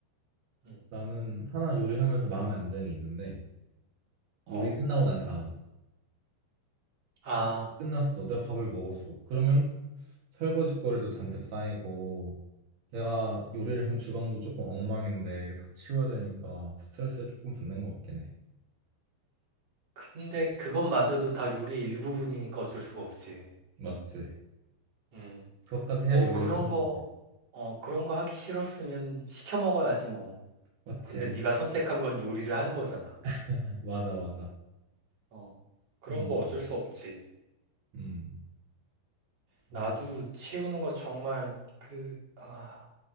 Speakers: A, on the right; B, on the right.
A: 응.
B: 나는 하나 요리하면서 마음에 안 드는 게 있는데
A: 어.
B: 요리 끝나고 난 다음.
A: 아,
B: 요리 끝났어. 내가 밥을 먹었어. 그러면 설거지거리도 잔뜩 쌓이고 내가 요리를 한 주방도 조금 엉망인데 이거 다 치워야 되니까 스트레스를 조금 받는 것 같긴 해.
A: 근데 그것마저도 다 요리의 일부분이니까 어쩔 수가 없지.
B: 맞지?
A: 음.
B: 그것까지
A: 뭐
B: 해야 요리가
A: 그런
B: 끝난
A: 거,
B: 거지.
A: 어, 그런 거 하기 싫었으면 시켜 먹어야지 뭐.
B: 맞지?
A: 근데 네가 선택한 건 요리를 하는 거잖아.
B: <laughs> 맞아, 맞아.
A: 어, 그럼
B: 음,
A: 뭐 어쩔 수 없지.
B: 음,
A: 나도
B: 음.
A: 치우는 거 정말 그, 아,